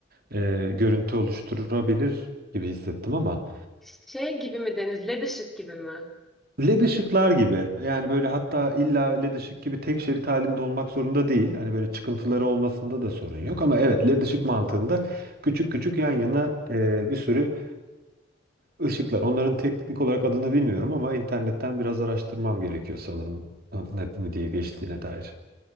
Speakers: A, on the right; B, in the centre.
A: e, görüntü oluşturabilir gibi hissettim ama.
B: Şey gibi mi Deniz? Led ışık gibi mi?
A: LED ışıklar gibi yani böyle hatta illa LED ışık gibi tek şerit halinde olmak zorunda değil. Hani böyle çıkıntıları olmasında da sorun yok ama evet LED ışık mantığında küçük küçük yan yana e, bir sürü e, ışıklar. Onların teknik olarak adını bilmiyorum ama internetten biraz araştırmam gerekiyor sanırım ne, ne diye geçtiğine dair.